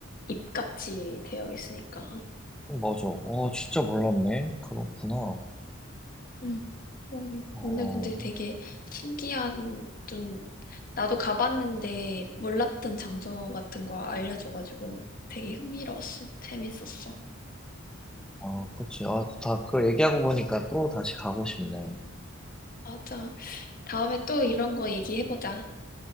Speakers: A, on the left; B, in the centre.
A: 잎같이 되어 있으니까.
B: 음, 맞아. 와, 진짜 몰랐네. 그렇구나.
A: 응. 어,
B: 어,
A: 오늘 근데 되게 신기한, 좀, 나도 가봤는데 몰랐던 장소 같은 거 알려줘가지고 되게 흥미로웠어. 재밌었어.
B: 아, 그치. 아, 다, 그 얘기하고 보니까 또 다시 가고 싶네.
A: 맞아. 다음에 또 이런 거 얘기해보자.